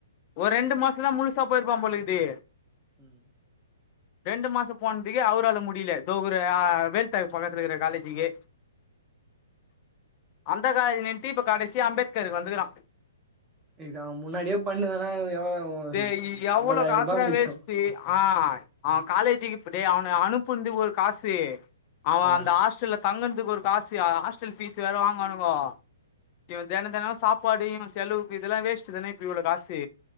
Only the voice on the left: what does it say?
ஒரு ரெண்டு மாசம் தான் முழுசா போய் இருப்பான் போல இருக்குது
ரெண்டு மாசம் போனதுக்கே அவரால முடியல தோ ஒரு வேல்டா பக்கத்துல இருக்கிற காலேஜக்கு அந்த காலேஜ்ல நின்ட்டு இப்ப கடைசியா அம்பேத்காருக்கு வந்துருக்கறான்
டே எவ்வளோ
காசுடா
வேஸ்ட்டு ஆ அவன் காலேஜிக்குப்ப அவனை அனுப்புந்து ஒரு காசு அவன்
அந்த ஹாஸ்டல்ல தங்கறதுக்கு ஒரு காசு ஹாஸ்டல் ஃபீஸ் வேற வாங்குனானுங்க இவன் தினம் தினம் சாப்பாடு இவன் செலவு இதெல்லாம் வேஸ்ட் தானே இப்ப இவ்வளவு காசு